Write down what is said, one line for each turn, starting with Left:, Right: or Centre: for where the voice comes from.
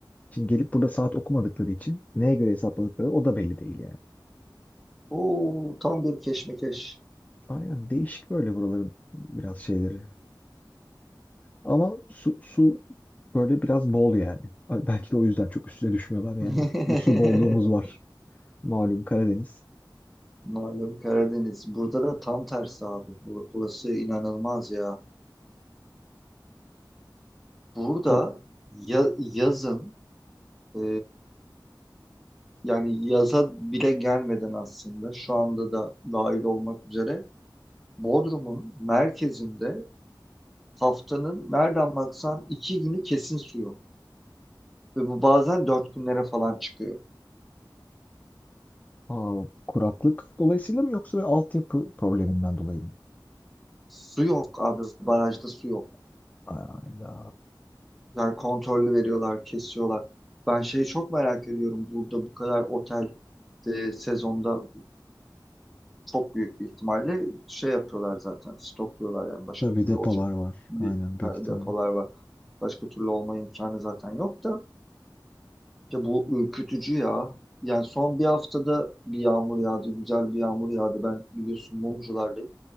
Left: Şimdi gelip burada saat okumadıkları için neye göre hesapladıkları o da belli değil yani.
Centre: Oo tam bir keşmekeş.
Left: Aynen değişik böyle buraların biraz şeyleri. Ama su, su böyle biraz bol yani. Belki de o yüzden çok üstüne düşmüyorlar yani.
Centre: <laughs>
Left: Bir su bolluğumuz var. Malum Karadeniz.
Centre: Malum Karadeniz. Burada da tam tersi abi. Bu- Burası inanılmaz ya. Burada
Left: Çok
Centre: ya- yazın e, yani yaza bile gelmeden aslında şu anda da dahil olmak üzere Bodrum'un merkezinde haftanın nereden baksan iki günü kesin su yok. Ve bu bazen dört günlere falan çıkıyor.
Left: aa, kuraklık dolayısıyla mı yoksa böyle altyapı probleminden dolayı mı?
Centre: Su yok abi. Barajda su yok.
Left: Ayda.
Centre: Yani kontrollü veriyorlar, kesiyorlar. Ben şeyi çok merak ediyorum. Burada bu kadar otel e, sezonda çok büyük bir ihtimalle şey yapıyorlar zaten. Stokluyorlar yani başka
Left: Tabii
Centre: türlü
Left: depolar
Centre: olacak
Left: var.
Centre: bir
Left: Aynen büyük
Centre: depolar
Left: ihtimalle.
Centre: var. Başka türlü olma imkanı zaten yok da. Ya bu ürkütücü ya. Yani son bir haftada bir yağmur yağdı. Güzel bir yağmur yağdı. Ben biliyorsun mumculardayım.